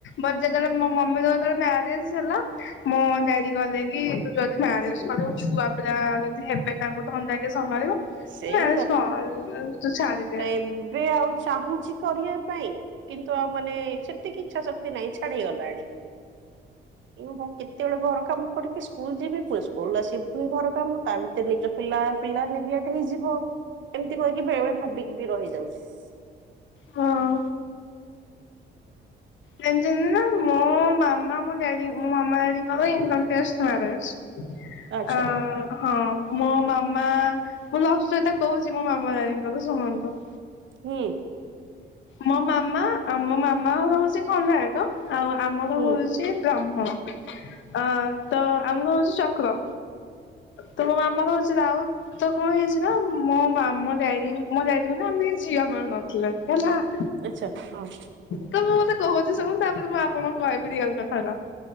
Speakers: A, on the left; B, on the right.
A: ବଟ ଯେତେବେଳେ ମୋ ମମିର ଯେତେବେଳେ ମ୍ୟାରେଜ ହେଲା। ମୋ ଡାଡି କହିଲେ କି ତୁ ଯଦି ମାରେଜ କରିବୁ ଛୁଆ ପିଲା ଯଦି ହେବେ ତାଙ୍କୁ ଧନ୍ଦା କିଏ ସମ୍ଭାଳିବ
B: ସେଇ
A: ତୁ ମ୍ୟାରେଜ କରନି ତୁ ଛାଡ଼ି ଦେ
B: ତ ଏବେ ଆଉ ଚାହୁଁଛି କରିବା ପାଇଁ। କିନ୍ତୁ ଆଉ ମାନେ ସେତିକି ଇଛା ଶକ୍ତି ନାହିଁ ଛାଡି ଗଲାଣି। ହଁ କେତେବେଳେ ଘର କାମ କରିକି ସ୍କୁଲ ଯିବି ପୁଣି ସ୍କୁଲ ଆସି ପୁଣି ଘର କାମ ତା ଭିତରେ। ସେ ଦିଇଟ ପିଲା ପିଲା ରେଗଟ ହେଇଯିବ ଏମିତି କହିକି ବେଳେ ବଳେ ଭାବିକି ବି ରହିଯାଉଛି।
A: ହଁ। ଜଣିଛନ୍ତି ନା ମୋ ମାମା ମୋ ଡାଡି ମୋ ମାମା ଡାଡିଙ୍କର ଇଣ୍ଟର କାଷ୍ଟ ମ୍ୟାରେଜ।
B: ଆଚ୍ଛା
A: ଆ ହଁ। ମୋ ମାମା ମୁଁ ଲଭଷ୍ଟୋରୀ କହୁଛି ମୋ ମାମା ଦାଦିଙ୍କର ଶୁଣନ୍ତୁ?
B: ହୁଁ।
A: ମୋ ମାମା ଆ ମୋ ମାମା ଘର ହଉଛି କଣ୍ଡରାହାଟ। ଆଉ ଆମର
B: ହୁଁ।
A: ହଉଛି
B: ହୁଁ
A: ବ୍ରାହ୍ମଣ। ଅ ତ ଆମର ହଉଛି ଚକ୍ର ତ ମାମର ହଉଛି ରାଉତ। ତ କଣ ହେଇଛି ନା ମୋ ମାମା ମୋ ଡାଡି ମୋ ଡାଡି ଙ୍କୁ ମାନେ ଆମେ ଝିଅ ମିଳୁ ନଥିଲେ ହେଲା। ହ
B: ଆଚ୍ଛା ହଁ
A: ତ ମୁଁ ମତେ କହୁଛି ଶୁଣୁ ତାପରେ ମୁଁ ଆପଣଙ୍କୁ କହିବି ରିଅଲ କଥାଟା।